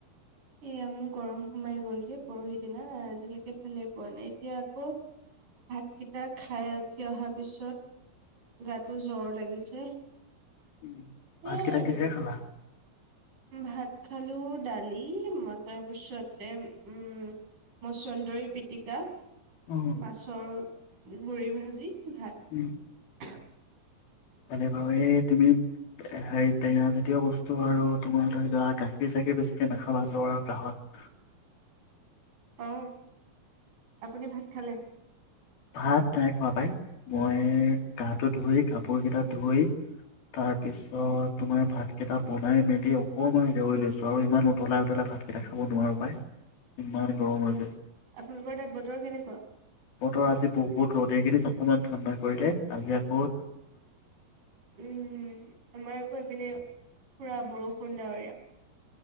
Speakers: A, on the right; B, on the left.
A: এয়া মোৰ গৰম সোমাই গ'ল যে পৰহি দিনা আজিলৈকে ভালে পোৱা নাই এতিয়া আকৌ ভাতকেইটা খাই উঠি অহাৰ পিছত গাটো জ্বৰ লাগিছে।
B: উম
A: সেয়াই
B: ভাতকেইটা
A: আৰু
B: কিহে
A: দিয়ক
B: খালা?
A: ভাত খালো দালি তাৰ পিছতে উম মচন্দৰী পিটিকা
B: অ
A: মাছৰ গুৰি ভাজি ভাত।
B: উম, ভালে বাৰু এই তুমি হেৰি টেঙাজাতীয় বস্তু আৰু তোমাৰ ধৰি লোৱা গা খীৰ-চাখীৰ বেছিকে নাখাবা জ্বৰ আৰু কাঁহত
A: আহ আপুনি ভাত খালে
B: ভাত নাই খোৱা পাই ।মই গাটো ধুই, কাপোৰ কেইটা ধুই তাৰ পিছত তোমাৰ ভাত কেইটা বনাই মেলি অকমান <unintelligible> লৈছো আৰু ইমান উতলাই উতলাই ভাত কেইট খাব নোৱাৰো পায়, ইমান গৰম হৈ আছে
A: আপোনালোকৰ তাত বতৰ কেনেকুৱা?
B: বতৰ আজি বহুত ৰ'দ। এই কেদিন অকমান ঠাণ্ডা কৰিলে আজি আক্
A: উম, আমাৰ আকৌ এইপিনে পোৰা বৰষুণ ডাৱৰীয়া